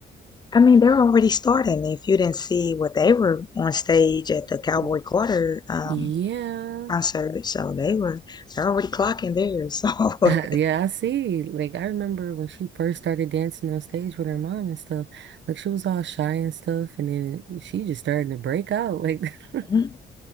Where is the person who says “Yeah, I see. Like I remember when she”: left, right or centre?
Right